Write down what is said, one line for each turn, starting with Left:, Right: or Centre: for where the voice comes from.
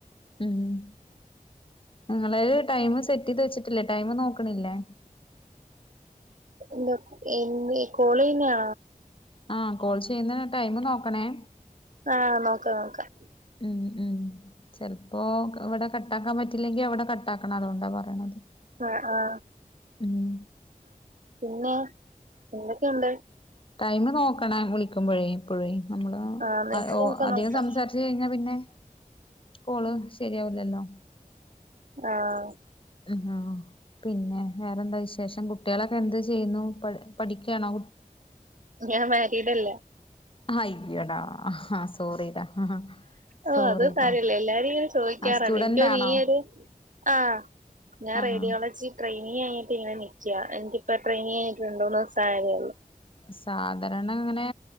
Left: ഉം ങ്ങളെല് ടൈം സെറ്റ് ചെയ്ത് വെച്ചിട്ടില്ലേ ടൈമ് നോക്ക്‌ണില്ലേ
Right: എന്താ ഇഞ്ഞി കോള് കഴിഞാ
Left: ആ കോൾ ചെയ്യുന്ന ടൈമ് നോക്കണേ
Right: ആ നോക്കാം നോക്കാം
Left: ഉം ഉം ചെൽപ്പോ ഇവടെ കട്ടാക്കാൻ പറ്റില്ലെങ്കി അവടെ കട്ടാക്കണം അതുകൊണ്ടാ പറയണത്
Right: ആ ആ
Left: ഉം
Right: പിന്നെ എന്തൊക്കെയുണ്ട്
Left: ടൈമ് നോക്കണെ വിളിക്കുമ്പോഴേ എപ്പയെ നമ്മള്
Right: ആ നെറ്റിലൊക്കെ
Left: ഹലോ അധികം
Right: നോക്കാം
Left: സംസാരിച്
Right: നോക്കാം.
Left: കഴിഞ്ഞാ പിന്നെ കോള് ശരിയാവൂലല്ലോ
Right: ആഹ്
Left: ആഹ് പിന്നെ വേറെന്താ വിശേഷം കു കുട്ടിയളൊക്കെ എന്ത് ചെയ്യുന്നു പഠി പഠിക്കയാണോ
Right: ഞാൻ മാരീടല്ല
Left: അയ്യെടാ ഹാ സോറിടാ
Right: ഓ
Left: സോറിട്ടോ
Right: അത് സാരല്ല എല്ലാരും ഇങ്ങനെ ചോഴിക്കാറ്ണ്ട്
Left: ആഹ് സ്റ്റുഡന്റ്
Right: എൻക്ക് തോന്ന
Left: ആണോ
Right: ഈ ഒരു ആഹ് ഞാൻ
Left: ആഹ്
Right: റേഡിയോളജി ട്രെയിനിങ് കഴിഞ്ട്ട് ഇങ്ങനെ നിക്ക്യ എനിക്ക് ഇപ്പ ട്രെയിങ് കഴിഞ്ഞിട്ട് രണ്ട് മൂന്ന് ദിവസം ആയതേള്ളു
Left: സാധരണ അങ്ങനെ